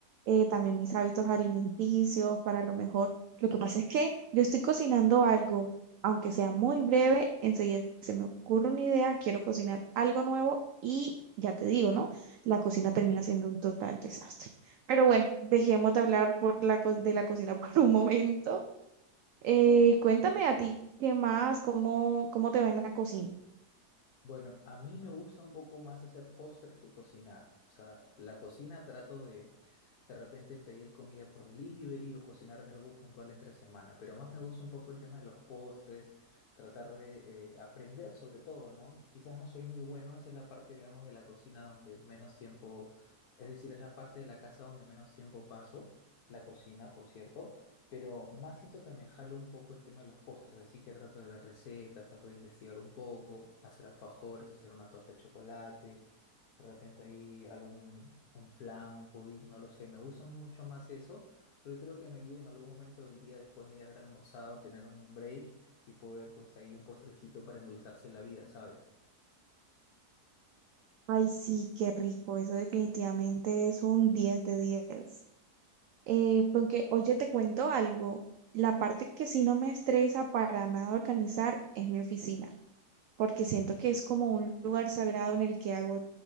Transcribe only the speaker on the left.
Bueno, a mí me gusta un poco más hacer postres que cocinar. O sea, la cocina trato de de repente pedir comida por delivery o cocinarme algo puntual entre semana, pero más me gusta un poco el tema de los postres, tratar de eh, aprender sobre todo, ¿no? Quizás no soy muy bueno, esa es la parte, digamos, de la cocina donde menos tiempo, es decir, es la parte de la casa donde menos tiempo paso, la cocina, por cierto pero más siento que me jalo un poco el tema de los postres, así que trato de ver recetas, trato de investigar un poco, hacer alfajores, hacer una torta de chocolate, de repente ahí algún un flan, un pudín, no lo sé, me gusta mucho más eso, porque creo que me ayuda en algún momento del día después de haber almorzado, tener un break y poder pues ahí un postrecito para endulzarse la vida, ¿sabes?